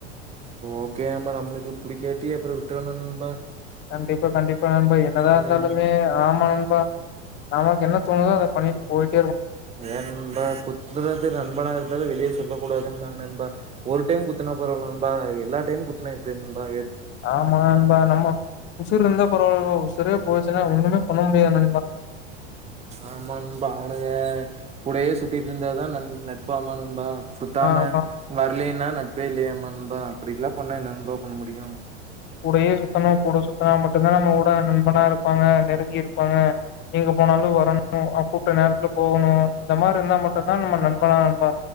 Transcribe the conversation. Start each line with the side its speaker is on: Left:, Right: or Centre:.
Right: ஓகே என் நம்ளுக்கு புடிக்காட்டி அப்புற விட்டுடனு நன்பா
Left: கண்டிப்பா கண்டிப்பா நம்ப என்னதா
Right: ம்
Left: இருந்தாலுமே ஆமண் பா நமக்கு என்ன தோணுதோ அதை பண்ணிட்டு போயிட்டு
Right: என்ந்த குத்துனது நண்பனா இருந்தாலும் வெளியே சொல்லக்கூடாதுங்கபா ஒரு டைம் குத்துனா பரவால்லம் நன்பா எல்ல டைம் குத்துனா இப்படி நன்பா
Left: ஆமா நன்பா நம் உசூர்று இறுந்தா பொரளவு சிற போச்சுன்னா ஒண்ணுமே பண்ண முடியா நண்பா
Right: ஆமாபா அவனுங்க கூடயே சுத்திட்டு இருந்தா தான் நட்பா ஆமானண்பா சுத்தாம
Left: ஆ ஆமா
Right: வரலன்னா இப்ப இல்லையமா நன்பா அப்படில்லாம் போண்ணா என்ன நன்பா பண்ண முடியும்
Left: கூடையே சுத்தணும் கூட சுத்தனா மட்டும்தான் நம்ம உட நண்பனா இருப்பாங்க நெருங்கி இருப்பாங்க எங்க போனாலும் வரணும் அவ கூப்பிட்ட நேரத்துல போகணும் இந்த மாதிரி இருந்தா மட்டும்தான் நம்ம நண்பனா நண்பா